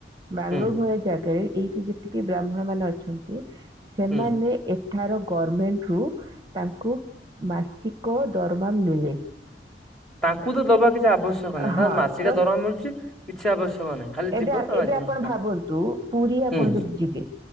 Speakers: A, on the right; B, in the centre.
A: ବାଙ୍ଗଲୋର
B: ହୁଁ
A: ଭଳିଆ ଜାଗାରେ ଏଇଟ ଯେତି କି ବ୍ରାହ୍ମଣ ମାନେ ଅଛନ୍ତି ସେମାନେ
B: ହୁଁ
A: ଏ ଏଠାର ଗର୍ମେଣ୍ଟରୁ ତାଙ୍କୁ ମାସିକ ଦରମା ମିଳି ଯାଇଛି।
B: ତାଙ୍କୁ ତ ଦବା କିଛି ଆବଶ୍ୟକ ନାହିଁ
A: ହଁ
B: ତା ମାସିକା
A: ତ
B: ଦରମା ମିଳୁଛି କିଛି ଆବଶ୍ୟକ ନାହିଁ ଖାଲି
A: ଏବେ-ଏବେ
B: ଯିବ ତା ମାଝି
A: ଆପଣ
B: ହଁ
A: ଭାବନ୍ତୁ। ପୁରୀ ଆପଣ
B: ହୁଁ
A: ଯଦି ଯିବେ